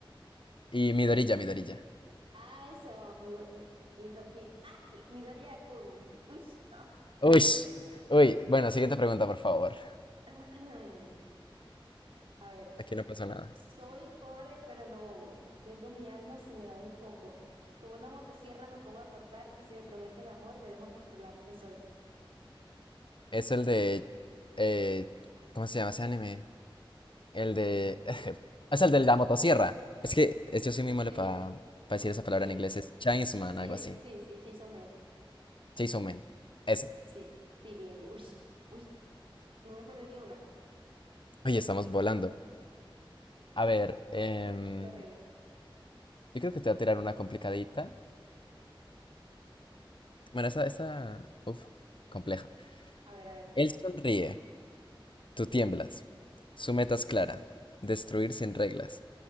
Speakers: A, on the left (about 65°); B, on the right (about 80°).
A: Y Midorilla, Midorilla.
B: Ah, eso, mi, do- mi, Mido- mi- ay, Midoriya-kun. Ush, no.
A: Uy, uy. Bueno, siguiente pregunta, por favor.
B: <clears throat> A ver,
A: Aquí no pasó nada.
B: soy pobre pero no bobo. Vendo mi alma si me dan un combo. Con una motosierra me pongo a cortar y si me prometen amor me dejo controlar quién soy.
A: Es el de... eh, ¿cómo se llama ese anime? El de... <laughs> Es el de la motosierra. Es que es- yo soy muy malo
B: Sí,
A: para decir esa palabra
B: sí,
A: en inglés. Es Chainsman,
B: sí,
A: algo así.
B: sí, sí, Chainsaw Man.
A: Chainsaw Man. Ese.
B: Sí, sí, bien, bien. Uy, uy, no me perdí ni una.
A: Oye, estamos volando. A ver, em,
B: Qué horrible.
A: yo creo que te voy a tirar una complicadita. Bueno, esa, esa, uf, compleja.
B: A ver, a ver.
A: Él sonríe, tú tiemblas. Su meta es clara, destruir sin reglas.